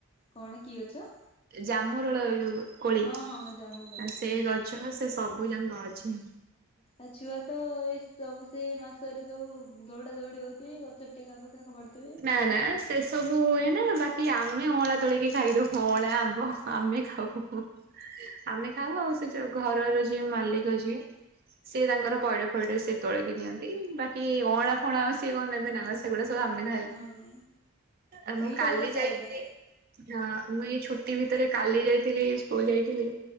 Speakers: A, on the left; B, on the right.
A: କଣ କି ଗଛ?
B: ଏ ଜାମୁ ରୋଳ ଯୋଉ କୋଳି
A: ହଁ ହଁ ଜାମୁକୋଳି।
B: ଆ ସେଇ ଗ ଛ ହ ସେ ସବୁ ଯାଙ୍କ ଅଛି।
A: ଆ ଛୁଆ ତ ଏ ସବୁ ସେ ମାସରେ ସବୁ ଦୌଡା ଦୌଡି ହଉଥିବେ ଗଛରେ ଟେକା ଫେକା ଫୋପାଡୁଥିବେ।
B: ନା ନା ସେ ସବୁ ହୁଏ ନା ବାକି ଆମେ ଅଁଳା ତୋଳକି ଖାଇଦଉ ଅଁଳା ଆମ୍ବ ଆମେ ଖାଉ। ଆମେ ଖାଉ ଆଉ ସେ ଯୋଉ ଘରର ଯିଏ ମାଲିକ ଯିଏ ସିଏ ତାଙ୍କର ପଇଡ ଫଇଡ ସେ ତୋଳିକି ନିଅନ୍ତି ବାକି ଅଁଳା ଫଳାଁ ସିଏ କଣ ନେବେନା କଣ ସେଗୁଡା ସବୁ ଆମେ ନ
A: ହଁ
B: ଆ ମୁଁ
A: ଏଇଟା
B: କାଲି
A: ଗୋଟେ ଫାଇଦା
B: ଯାଇଥିଲି। ହଁ ମୁଁ ଏଇ ଛୁଟି ଭିତରେ କାଲି ଯାଇଥିଲି ସ୍କୁଲ ଯାଇଥିଲି।